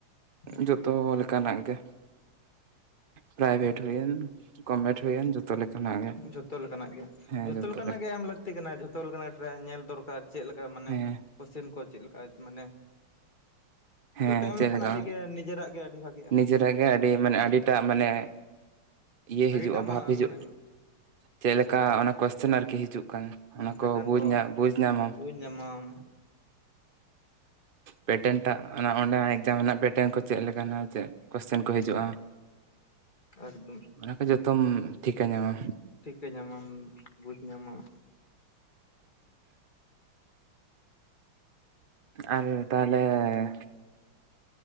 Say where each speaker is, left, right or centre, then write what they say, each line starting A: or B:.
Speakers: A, on the left; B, on the right.
A: ᱦᱩᱸ
B: ᱡᱚᱛᱚ ᱞᱮ ᱠᱟᱱᱟᱜ ᱜᱮ ᱯᱨᱟᱭᱵᱷᱮᱴ ᱦᱩᱭᱮᱱ ᱜᱚᱵᱷᱢᱮᱱᱴ ᱦᱩᱭᱮᱱ ᱡᱚ ᱛᱚ ᱞᱮᱠᱟᱱᱟ ᱜᱮ
A: ᱡᱷᱚᱛᱚ ᱞᱮᱠᱟᱱᱟᱜ ᱜᱮ,
B: ᱦᱮᱸ
A: ᱡᱷᱚᱛᱚ
B: ᱡᱚᱛᱚ
A: ᱞᱮᱠᱟᱱᱟᱜ
B: ᱞᱮᱠᱟ
A: ᱜᱮ ᱮᱢ ᱞᱟᱹᱠᱛᱤ ᱠᱟᱱᱟ ᱡᱷᱚᱛᱚ ᱞᱮᱠᱟᱱᱟᱜ ᱴᱮᱨᱟᱭ ᱧᱮᱞ ᱫᱚᱨᱠᱟᱨ᱾ ᱪᱮᱫ ᱞᱮᱠᱟ ᱢᱟᱱᱮ
B: ᱦᱮᱸ
A: ᱠᱚᱳᱥᱪᱮᱱ ᱠᱚ ᱪᱮᱫ ᱞᱮᱠᱟ ᱢᱟᱱᱮ
B: ᱦᱮᱸ
A: ᱡᱚᱛᱚ ᱮᱢ
B: ᱪᱮᱫ
A: ᱞᱮᱠᱷᱟᱱ
B: ᱞᱮᱠᱟ
A: ᱟᱹᱰᱤᱜᱮ ᱱᱤᱡᱮᱨᱟᱜ ᱜᱮ ᱟᱹᱰᱤ ᱵᱷᱟᱜᱤᱜᱼᱟ
B: ᱱᱤᱡᱮᱨᱟᱜ ᱜᱮ ᱟᱹᱰᱤ ᱢᱟᱱᱮ ᱟᱹᱰᱤᱴᱟᱜ ᱢᱟᱱᱮ ᱤᱭᱟᱹ
A: ᱟᱹᱰᱤᱴᱟᱜ
B: ᱦᱤᱡᱩᱜᱼᱟ ᱵᱷᱟᱵ ᱦᱤᱡᱩᱜ
A: ᱢᱟᱱᱮ
B: ᱪᱮᱫᱞᱮᱠᱟ ᱚᱱᱟ ᱠᱚᱥᱪᱮᱱ ᱟᱨᱠᱤ ᱦᱤᱡᱩᱜ ᱠᱟᱱᱟ ᱚᱱᱟᱠᱚ
A: ᱯᱮᱴᱟᱨᱱ
B: ᱠᱚᱡ
A: ᱠᱚ
B: ᱧᱟ ᱵᱩᱡ ᱧᱟᱢᱟᱢ᱾
A: ᱵᱩᱡᱽ ᱧᱟᱢᱟᱢ
B: ᱯᱮᱴᱮᱱᱴᱟᱜ ᱚᱱᱟ ᱚᱱᱟ ᱮᱠᱡᱟᱢ ᱨᱮᱱᱟᱜ ᱯᱮᱴᱮᱱᱴ ᱠᱚ ᱪᱮᱫ ᱞᱮᱠᱟᱱᱟ ᱪᱮᱫ
A: ᱦᱩᱸ
B: ᱠᱚᱥᱪᱮᱱ
A: ᱦᱩᱸ
B: ᱠᱚ ᱦᱤᱡᱩᱜᱼᱟ,
A: ᱦᱩᱸ ᱮᱠᱫᱚᱢ ᱮᱠᱫᱚᱢ
B: ᱚᱱᱟ ᱠᱚ ᱡᱚᱛᱚᱢ ᱴᱷᱤᱠᱟ ᱧᱟᱢᱟ᱾
A: ᱴᱷᱤᱠᱟᱹ ᱧᱟᱢᱟᱢ ᱵᱩᱡ ᱧᱟᱢᱟᱢ᱾
B: ᱟᱨ ᱛᱟᱦᱚᱞᱮ ᱦᱮᱸ᱾